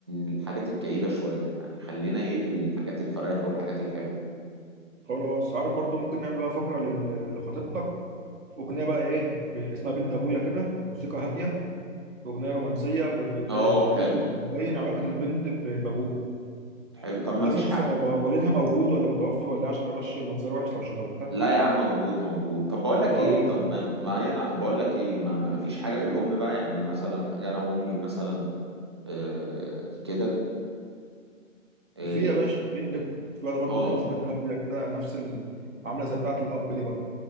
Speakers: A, on the right; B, on the right.
A: الحاجات الكئيبة شوية يعني خلينا ايه في الحاجات الفرايح والحاجات الحلوة
B: خلاص عارف برضو ممكن نعمل بقى فقره لل- لخطيبتك اغنيه بقى ايه ب- اسمها بنت ابويا كده موسيقى هاديه اغنيه رومانسيه ب- بت...
A: اه
B: بت...
A: حلو
B: بتبين علاقه البنت ب- بابوها
A: حلو طب
B: وكنت
A: ما
B: اسال
A: فيش حق
B: اصلا هو بقى والدها موجود ولا متوفي ولا إيه عشان ما يبقاش منظر وحش لو شغلتها
A: لا يا عم موجود موجود طب بقول لك
B: خلاص
A: ايه طب
B: لا.
A: ما, ما هي انا بقول لك ايه ما, ما فيش حاجة للأم بقى يعني مثلا حاجة انا وامي مثلا آه كده اه
B: في يا باشا في نجيب لك في واحده برضو
A: اه
B: ايه موسيقتها هاديه كده نفس ال... عامله زي بتاعه الاب دي برضو